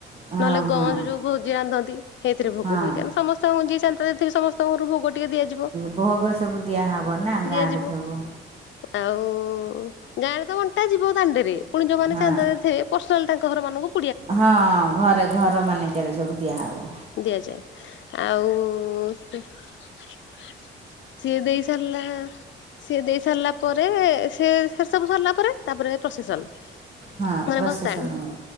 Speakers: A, on the right (about 30°); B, on the left (about 70°).
A: ହଁ
B: ନହେଲେ
A: ହଁ
B: ଗଞ୍ଜ ଯୋଉ ଭୋଜି ରାନ୍ଧନ୍ତି। ସେଇଥିରେ ଭୋଗ
A: ହଁ
B: ହୁଏ। କହିଁକି ନା ସମସ୍ତଙ୍କୁ ଯିଏ ଚାନ୍ଧା ଦେଇଥିବେ ସମସ୍ତଙ୍କ ଘରକୁ ଭୋଗ ଟିକେ ଦିଆଯିବ।
A: ଭୋଗ ସବୁ ଦିଆହବ ନାଁ
B: ଦିଆଯିବ
A: ଗାଁରେ ସବୁ।
B: ଆଉ ଗାଁରେ ତ ଅଣ୍ଟା ଯିବ ଦାଣ୍ଡେରେ ପୁଣି ଯୋଉମାନେ
A: ହଁ
B: ଚାନ୍ଦା ଦେଇଥିବେ ପର୍ସନାଲ୍ ତାଙ୍କ ଘରମାନଙ୍କୁ
A: ହଁ ଘରେ ଘର ମାନେ କେରେ ସବୁ ଦିଆହବ।
B: ଦିଆଯାଏ ଆଉ ସିଏ ଦେଇ ସାରିଲା। ସି ଦେଇ ସାରିଲା ପରେ ସେ ସେସବୁ ସାରିଲା ପରେ ତାପରେ ପ୍ରସେସନ୍।
A: ହଁ
B: ମାନେ
A: ପ୍ରସେସନ୍
B: ଭସାଣୀ
A: ହବ